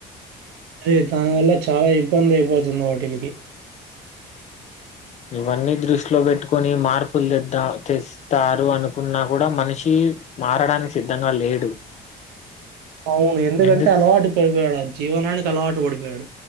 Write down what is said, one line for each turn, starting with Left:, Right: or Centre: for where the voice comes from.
Right: అదే దానివల్ల చాలా ఇబ్బంది అయిపోతుంది వాటిలికి.
Left: ఇవన్నీ దృష్టిలో పెట్టుకొని మార్పులు తెద్ద తెస్తారు అనుకున్నా కూడా మనిషి మారడానికి సిద్ధంగా లేడు.
Right: అవును ఎందుకంటే
Left: ఎందుకు
Right: అలవాటు పడిపోయాడు ఆ జీవనానికి అలవాటు పడిపోయాడు.